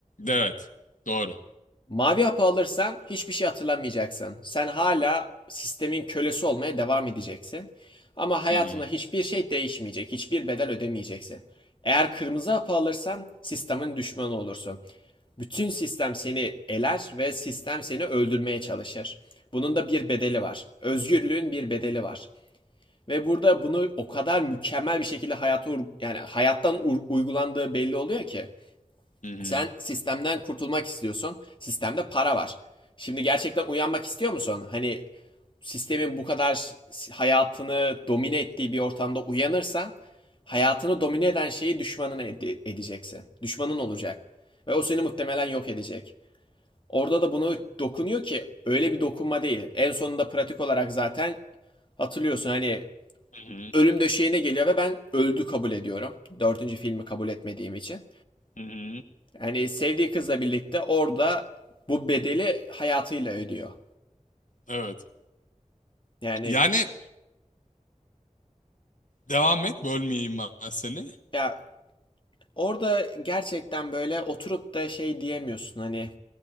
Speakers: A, on the left; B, on the left.
A: Evet. Doğru.
B: Mavi hapı alırsan hiçbir şey hatırlamayacaksın. Sen hala sistemin kölesi olmaya devam edeceksin. Ama hayatında
A: Hı hı.
B: hiçbir şey değişmeyecek, hiçbir bedel ödemeyeceksin. Eğer kırmızı hapı alırsan sistemin düşmanı olursun. Bütün sistem seni eler ve sistem seni öldürmeye çalışır. Bunun da bir bedeli var. Özgürlüğün bir bedeli var. Ve burada bunu o kadar mükemmel bir şekilde hayata yani hayattan uygulandığı belli oluyor ki.
A: Hı hı.
B: Sen sistemden kurtulmak istiyorsun. Sistemde para var. Şimdi gerçekten uyanmak istiyor musun? Hani sistemin bu kadar hayatını domine ettiği bir ortamda uyanırsan hayatını domine eden şeyi düşmanına ede- edeceksin. Düşmanın olacak. Ve o seni muhtemelen yok edecek. Orada da buna dokunuyor ki öyle bir dokunma değil. En sonunda pratik olarak zaten hatırlıyorsun hani
A: Hı hı.
B: ölüm döşeğine geliyor ve ben öldü kabul ediyorum. Dördüncü filmi kabul etmediğim için.
A: Hı hı.
B: Yani sevdiği kızla birlikte orada bu bedeli hayatıyla ödüyor.
A: Evet.
B: Yani
A: Yani devam et. Bölmeyeyim ben seni.
B: ya orada gerçekten böyle oturup da şey diyemiyorsun hani